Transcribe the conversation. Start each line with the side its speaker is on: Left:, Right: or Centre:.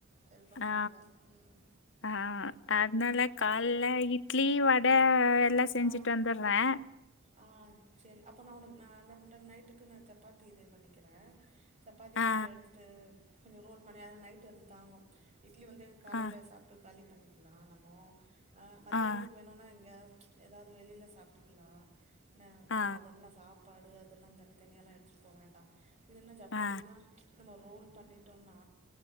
Right: ஹெல்ப் பண்ணறாங்க
Left: ஆ
Right: ம்
Left: ஆ அதனால கால்லே இட்லி வட எல்லா செஞ்சுட்டு
Right: ஆ
Left: வந்துட்றே
Right: ஆ செரி அப்போ நா உனக் நா என்ன பண்றே நைட் ட்டுக்கு நா சப்பாத்தி இது பண்ணிக்கிறே சப்பாத்தி கொஞ்சோ
Left: ஆ
Right: எடுத்துட்டு கொஞ்சோ ரோல் பண்ணி அது நைட் அது தாங்கு இட்லி வந்து காலேல
Left: ஆ
Right: சாப்ட்டு காலி பண்ணிக்கலா நம்மோ அ மத்யான்துக்கு
Left: ஆ
Right: வேணுனா இங்க ஏதாவது வெளில சாப்டுகலா ன்ன நம்ம
Left: ஆ
Right: அதெல்லா சாப் பாடு அதெல்லா தனித்தனியால எடுத்துட்டு போ வேண்டா இதுன்ன சப்பாத்தினா
Left: ஆ
Right: நம்ம ரோல் பண்ணிட்டோனா